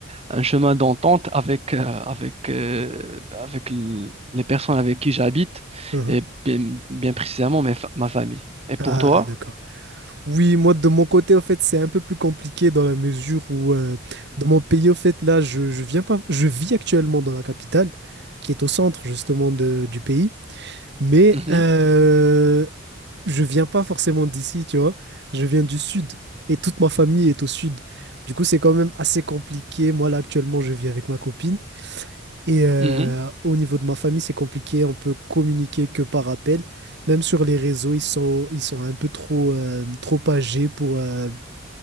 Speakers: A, on the right; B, on the right.
A: un chemin d'entente avec, euh, avec, euh, avec l- les personnes avec qui j'habite
B: Uhum.
A: et bien, bien précisément mes fa- ma famille. Et pour
B: Ah,
A: toi?
B: d'accord. Oui, moi, de mon côté, en fait, c'est un peu plus compliqué dans la mesure où, euh, dans mon pays, en fait, là, je, je viens pas, je vis actuellement dans la capitale, qui est au centre, justement, de- du pays. Mais,
A: Mhm.
B: euh, je viens pas forcément d'ici, tu vois. Je viens du sud et toute ma famille est au sud. Du coup, c'est quand même assez compliqué. Moi, là, actuellement, je vis avec ma copine et euh,
A: Mhm.
B: au niveau de ma famille, c'est compliqué. On peut communiquer que par appel. Même sur les réseaux, ils sont, ils sont un peu trop, euh, trop âgés pour, euh,